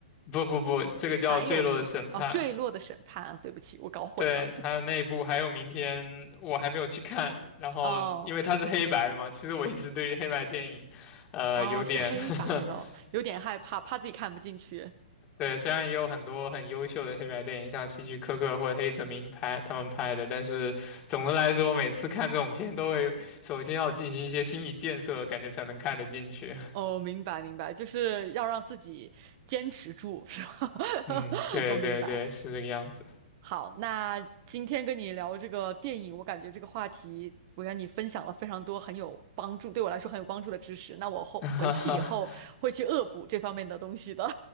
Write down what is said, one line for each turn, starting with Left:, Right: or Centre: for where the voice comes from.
Left: 不不不，这个叫《坠落的审判》。
Right: 还有明天哦，坠落的审判啊，对不起，我搞混了
Left: 对，还有那一部，还有明天我还没有去看。然后因为它是黑白的嘛，
Right: 哦
Left: 其实我一直对于黑白电影，呃，
Right: 哦，
Left: 有点
Right: 是黑白的，
Left: <laughs>
Right: 有点害怕，怕自己看不进去。
Left: 对，虽然也有很多很优秀的黑白电影，像希区柯克或者黑泽明拍他们拍的，但是总的来说，每次看这种片都会首先要进行一些心理建设，感觉才能看得进去。
Right: 哦，明白明白，就是要让自己坚持住，是吧？
Left: <laughs> 嗯，对对对，
Right: <laughs> 我明白。
Left: 是这个样子。
Right: 好，那今天跟你聊这个电影，我感觉这个话题，我让你分享了非常多很有帮助，对我来说很有帮助的知识。那我后回去以后会去恶补这方面的东西的。
Left: <laughs>